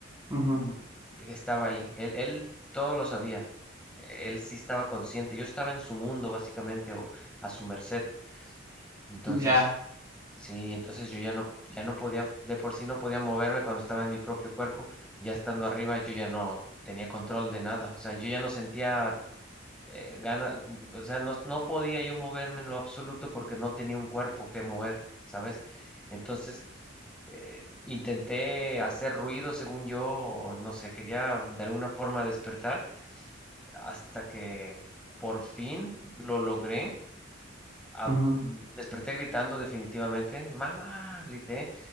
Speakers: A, on the right (about 20°); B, in the centre.
A: ujú.
B: mm, estaba ahí. Él, él todo lo sabía. E, Él sí estaba consciente. Yo estaba en su mundo, básicamente, o a su merced. Entonces,
A: Ya.
B: sí, entonces yo ya no, ya no podía, de por sí no podía moverme cuando estaba en mi propio cuerpo. Ya estando arriba, yo ya no tenía control de nada. O sea, yo ya no sentía eh, gana, o sea, no, no podía yo moverme en lo absoluto porque no tenía un cuerpo que mover, ¿sabes? Entonces, eh, intenté hacer ruido, según yo, o no sé, quería de alguna forma despertar, hasta que por fin lo logré. Ah,
A: ujú.
B: desperté gritando definitivamente, mamá, grité,